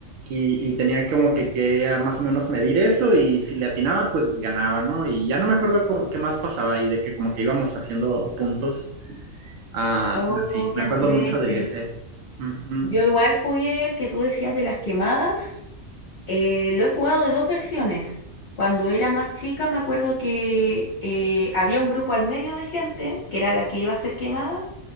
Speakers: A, on the right (about 75°); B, on the left (about 50°).
A: Y, y tenía como que, que ah, más o menos medir eso y si le atinaba, pues ganaba, ¿no? Y ya no me acuerdo cómo- qué más pasaba y de que como que íbamos haciendo puntos. Ah,
B: Oh,
A: pero sí,
B: qué
A: me
B: entrete.
A: acuerdo mucho de ese. Ujú.
B: Yo igual jugué el que tú decías de las quemadas. eh, lo he jugado de dos versiones. Cuando era más chica me acuerdo que eh, había un grupo al medio de gente, que era la que iba a ser quemada,